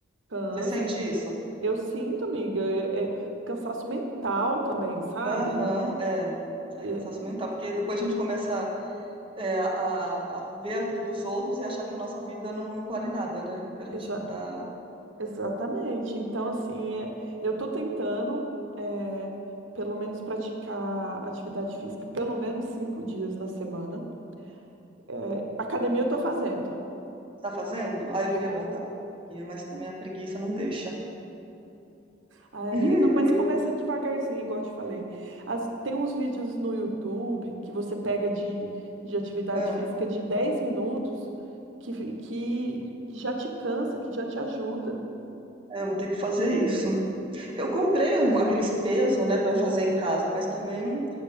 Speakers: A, on the right; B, on the right.
A: Cansa,
B: Você sente isso?
A: Eu sinto, amiga, é, é cansaço mental também, sabe?
B: Aham, é. É
A: É,
B: cansaço mental, porque depois a gente começa é, a, a ver a vida dos outros e achar que a nossa vida não, não vale nada, né? Que a gente
A: exa-
B: não tá,
A: exatamente. Então, assim, é, eu tô tentando, é, pelo menos, praticar atividade física pelo menos cinco dias na semana. É, academia eu tô fazendo.
B: tá fazendo. Ah, eu
A: Tô,
B: queria voltar pra academia, mas também a preguiça não deixa.
A: Ai, amiga,
B: <laughs>
A: não, mas começa devagarzinho, igual eu te falei. As- tem uns vídeos no YouTube que você pega de, de atividade
B: É,
A: física de 10 minutos que, fi- que, que já te cansa, que já te ajuda.
B: é, eu vou ter que fazer isso. Eu comprei um- aqueles pesos, né, pra fazer em casa, mas também